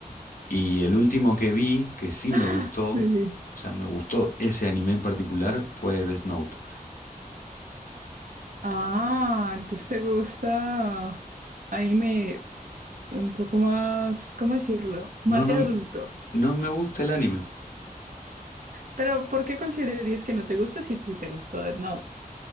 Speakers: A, on the left; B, on the right.
A: Y el último que vi, que sí me
B: <laughs>
A: gustó,
B: sí.
A: o sea, me gustó ese anime en particular, fue Death Note.
B: Ah, entonces te gusta anime un poco más, ¿cómo decirlo? Más
A: No,
B: de
A: no,
B: adulto.
A: no me gusta el anime.
B: Pero ¿por qué considerarías que no te gusta si, si te gustó Death Note?